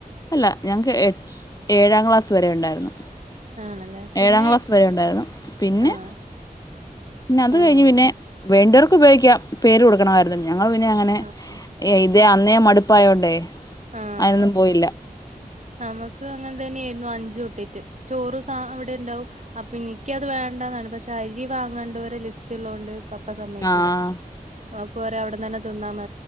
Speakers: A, on the left (about 25°); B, on the right (about 50°).
A: അല്ല ഞങ്ങക്ക് എ ഏഴാം ക്ലാസ് വരെ ഉണ്ടായിരുന്നു.
B: ആണല്ലേ പിന്നെ
A: ഏഴാം ക്ലാസ് വരെ ഉണ്ടായിരുന്നു പിന്നെ
B: ആഹ്
A: പിന്നെ അത്
B: ആഹ്
A: കഴിഞ്ഞ് പിന്നെ വേണ്ടവർ ഉപയോഗിക്ക പേര് കൊടുക്കണമായിരുന്നു. ഞങ്ങള് പിന്നെ അങ്ങനെ
B: ആഹ്
A: എയ് ഇതെ അന്നേ മടുപ്പായോണ്ടേ
B: ആഹ്
A: അയിനൊന്നും പോയില്ല.
B: നമുക്ക് അങ്ങനെ തന്നെ ആയിരുന്നു അഞ്ച് തൊട്ടിട്ട്, ചോറും സാ അവിടെ ഇണ്ടാവും, അപ്പൊ എനിക്കത് വേണ്ടന്നാണ് പക്ഷെ അരി വാങ്ങണ്ടോരെ ലിസ്റ്റ് ഇള്ള കൊണ്ട് പപ്പ സമ്മയിക്കൂല.
A: ആഹ്
B: പോര അവിടന്നന്നെ തിന്നാ മ